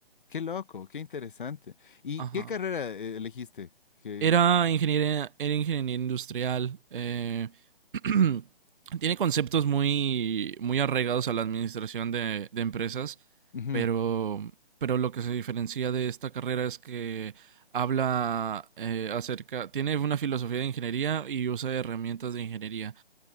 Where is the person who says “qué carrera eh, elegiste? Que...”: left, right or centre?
Left